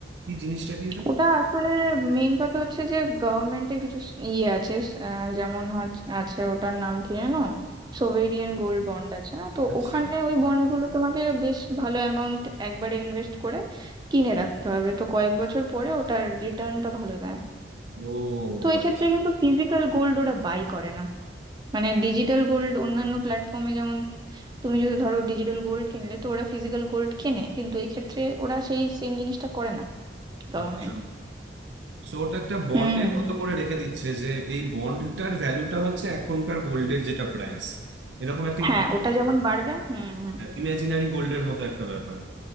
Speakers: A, on the right; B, on the right.
A: কি জিনিসটা কি এটা
B: ওটা আসলে মেইন কথা হচ্ছে যে গভর্নমেন্টের কিছু স- ইয়ে আছে স- আহ, যেমন হচ্ছে- আছে ওটার নাম কি জানো সোভেরিয়ান গোল্ড বন্ড আছে না তো
A: আচ্ছা
B: ওখানে ওই বন্ডগুলো তোমাকে বেশ ভালো অ্যামাউন্ট একবারে ইনভেস্ট করে কিনে রাখতে হবে তো কয়েক বছর পরে ওটার রিটার্নটা ভালো দেয়
A: ও
B: তো এক্ষেত্রে
A: আচ্ছা
B: কিন্তু ফিজিক্যাল গোল্ড ওরা বাই করে না মানে ডিজিটাল গোল্ড অন্যান্য প্ল্যাটফর্মে যেমন তুমি যদি ধরো ডিজিটাল গোল্ড কিনলে তো ওরা ফিজিক্যাল গোল্ড কেনে কিন্তু এক্ষেত্রে ওরা সেই সেম জিনিসটা করে না গভর্নমেন্ট
A: আচ্ছা সো ওটা একটা বন্ডের
B: হুম
A: মতো করে রেখে দিচ্ছে যে এই বন্ডটার ভ্যালুটা হচ্ছে এখনকার গোল্ডের যেটা প্রাইস এরকম একটা
B: হ্যাঁ ওটা যেমন বাড়বে হুম হুম
A: ইমাজিনারি গোল্ডের মতো একটা ব্যাপার